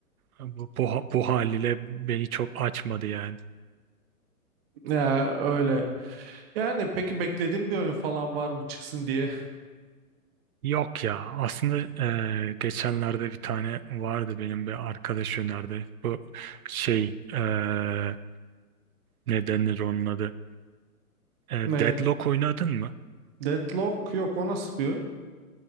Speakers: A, on the right; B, on the right.
A: Bu, bu, ha- bu haliyle beni çok açmadı yani.
B: Ya öyle. Yani peki beklediğim bir oyun falan var mı çıksın diye?
A: Yok ya aslında eee, geçenlerde bir tane vardı benim bir arkadaş önerdi. Bu şey eee ne denir onun adı? Eee,
B: Ne?
A: Deadlock oynadın mı?
B: Deadlock yok o nasıl bir oyun?